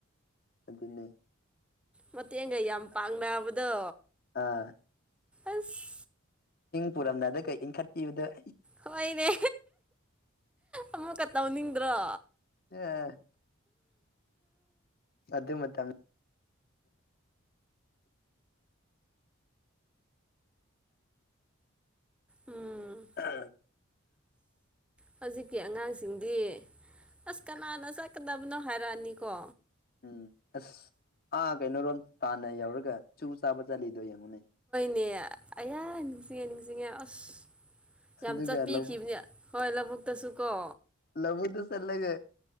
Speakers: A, on the left; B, in the centre.
A: ꯑꯗꯨ ꯂꯩ
B: ꯃꯇꯦꯡꯒ ꯌꯥꯝ ꯄꯥꯡꯅꯕꯗꯣ
A: ꯑꯥ
B: ꯑꯁ
A: ꯄꯨꯔꯝꯅꯗ ꯀꯩ ꯏꯟꯈꯠꯄꯤꯕꯗ
B: ꯍꯣꯏꯅꯦ ꯑꯃꯨꯛꯀ ꯇꯧꯅꯤꯡꯗ꯭ꯔꯣ
A: ꯑꯦ ꯑꯗꯨ ꯃꯇꯝ ꯃꯇꯝ
B: ꯎꯝ
A: ꯑꯥ <unintelligible>
B: ꯍꯧꯖꯤꯛꯀꯤ ꯑꯉꯥꯡꯁꯤꯡꯗꯤ ꯑꯁ ꯀꯅꯥꯅ ꯆꯠꯀꯗꯕ ꯑꯗꯨꯅ ꯍꯥꯏꯔꯛꯑꯅꯤꯀꯣ
A: ꯎꯝ ꯑꯁ ꯑꯥ ꯀꯩꯅꯣꯔꯣꯝ ꯇꯥꯟꯅ ꯌꯧꯔꯒ ꯆꯨ ꯆꯥꯕ ꯆꯂꯤꯗꯣ ꯃꯨꯅꯦ
B: ꯅꯦ ꯑꯌꯥ ꯅꯤꯡꯁꯤꯡꯉꯦ ꯅꯤꯡꯁꯤꯡꯉꯦ ꯑꯁ ꯌꯥꯝ
A: ꯑꯗꯨꯒ
B: ꯆꯠꯄꯤꯈꯤꯕꯅꯦ
A: ꯂꯧ
B: ꯍꯣꯏ ꯂꯧꯕꯨꯛꯇꯁꯨ ꯀꯣ
A: ꯂꯕꯗꯁ ꯑꯜꯒ